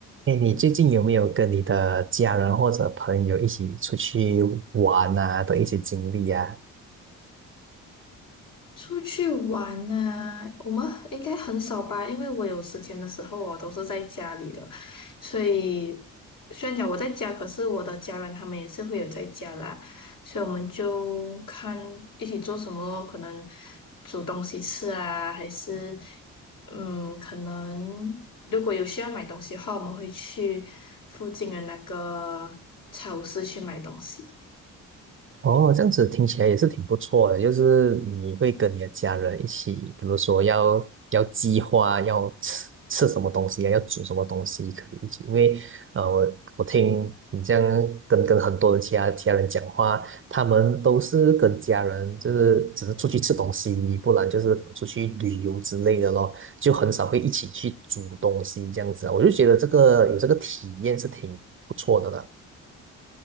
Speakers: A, on the right (about 35°); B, on the left (about 65°).
A: 哎，你最近有没有跟你的家人或者朋友一起出去玩啊的一些经历啊？
B: 出去玩呢、我们应该很少吧，因为我有时间的时候，我都是在家里的，所以虽然讲我在家，可是我的家人他们也是会有在家啦，所以我们就看一起做什么，可能煮东西吃啊，还是嗯，可能如果有需要买东西的话，我们会去附近的那个超市去买东西。
A: 哦，这样子听起来也是挺不错的，就是你会跟你的家人一起，比如说要要计划要吃吃什么东西啊，要煮什么东西，可以一起。因为呃，我我听你这样跟跟很多的其他其他人讲话，他们都是跟家人就是只是出去吃东西，不然就是出去旅游之类的咯，就很少会一起去煮东西这样子啊。我就觉得这个有这个体验是挺不错的啦。